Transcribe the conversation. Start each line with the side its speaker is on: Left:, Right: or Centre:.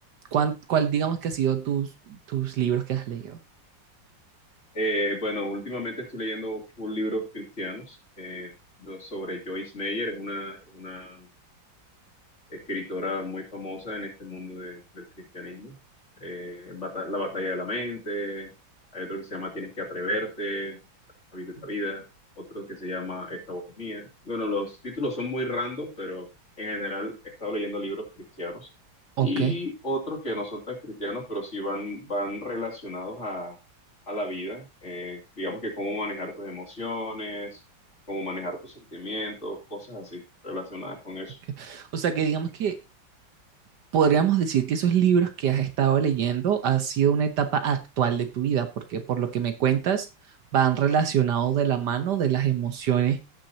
Right: ¿Cuál, cuál digamos que ha sido tus, tus libros que has leído?
Left: Eh, bueno, últimamente estoy leyendo full libros cristianos eh, do- sobre Joyce Meyer, es una, es una escritora muy famosa en este mundo de- del cristianismo. Eh, Bata- La batalla de la mente, hay otro que se llama Tienes que atreverte, La vida es la vida, otro que se llama Esta boca es mía. Bueno, los títulos son muy random, pero en general he estado leyendo libros cristianos
Right: Okay,
Left: y
Right: ¿Ok?
Left: otros que no son tan cristianos, pero sí van, van relacionados a, a la vida, Eh, digamos que cómo manejar tus emociones, cómo manejar tus sentimientos, cosas así relacionadas con eso.
Right: ok. O sea que digamos que podríamos decir que esos libros que has estado leyendo ha sido una etapa actual de tu vida, porque por lo que me cuentas van relacionados de la mano de las emociones